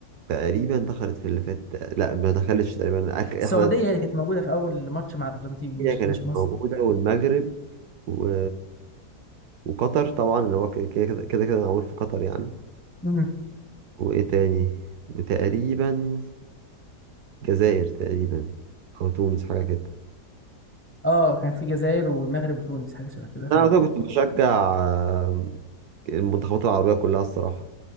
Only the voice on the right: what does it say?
تقريبا دخلت في اللي فات لا ما دخلتش تقريبا أخ... احنا
هي كانت
موجودة والمغرب و... وقطر طبعا اللي هو كده كده كده كده معمول في قطر يعني
وايه تاني وتقريبا جزائر تقريبا او تونس حاجه كده
انا على طول كنت بشجع آه، المنتخبات العربيه كلها الصراحه